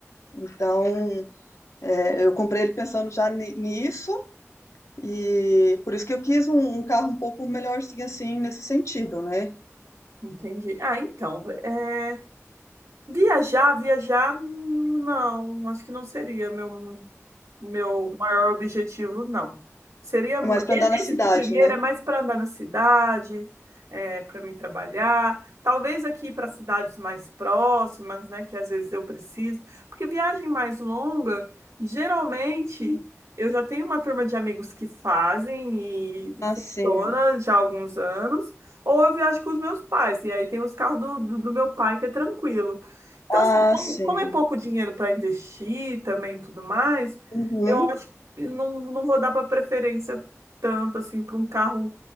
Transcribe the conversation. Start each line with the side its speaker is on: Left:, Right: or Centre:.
Left: Então, é, eu comprei ele pensando já ni- nisso, e por isso que eu quis um, um carro um pouco melhorzinho assim, nesse sentido, né?
Right: Entendi. Ah, então, é, viajar, viajar, não, acho que não seria meu, meu maior objetivo, não. Seria
Left: Mais para
Right: e-
Left: andar na
Right: esse
Left: cidade,
Right: de primeiro
Left: né?
Right: é mais para andar na cidade, é, para mim trabalhar, talvez aqui para cidades mais próximas, né, que às vezes eu preciso, porque viagem mais longa, geralmente eu já tenho uma turma de amigos que fazem e
Left: Assim.
Right: funciona já há alguns anos, ou eu viajo com os meus pais, e aí tem os carros do, do do meu pai que é tranquilo. Então,
Left: Ah,
Right: assim, como,
Left: sim.
Right: como é pouco dinheiro para investir também e tudo mais,
Left: Uhum,
Right: eu acho que não, não vou dar pra preferência tanto assim pra um carro